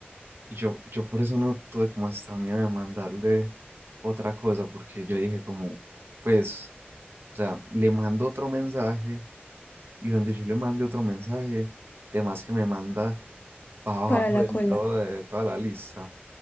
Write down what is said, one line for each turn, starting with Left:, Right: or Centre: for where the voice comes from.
Right: Y yo, yo por eso no tuve como hasta miedo de mandarle otra cosa, porque yo dije como, pues, o sea, le mando otro mensaje y donde yo le mande otro mensaje, temas que me manda para abajo
Left: para la
Right: del
Left: cola.
Right: todo de toda la lista.